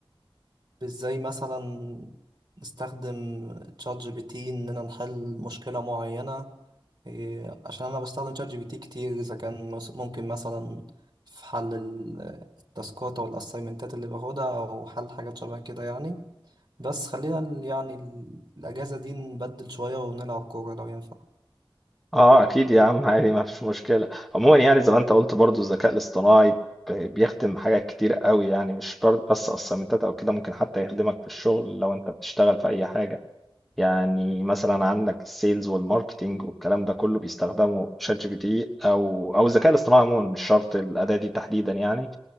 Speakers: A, on the right (about 45°); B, in the centre.
A: ازاي مثلا نستخدم تشات جي بي تي اننا نحل مشكلة معينة إيه، عشان انا بستخدم تشات جي بي تي كتير اذا كان مس- ممكن مثلا في حل ال- التاسكات او الاسايمنتات اللي باخدها او حل حاجات شبه كده يعني بس خلينا ال- يعني ال- الاجازة دي نبدل شوية ونلعب كورة لو ينفع
B: اه اكيد يا عم عادي ما فيش مشكله عموما يعني زي ما انت قلت برضو الذكاء الاصطناعي بي- بيخدم حاجات كتير قوي يعني مش بر- بس اسايمنتات او كده ممكن حتى يخدمك في الشغل لو انت بتشتغل في اي حاجه يعني مثلا عندك السيلز والماركتينج والكلام ده كله بيستخدموا شات جي بي تي او او الذكاء الاصطناعي عموما مش شرط الاداه دي تحديدا يعني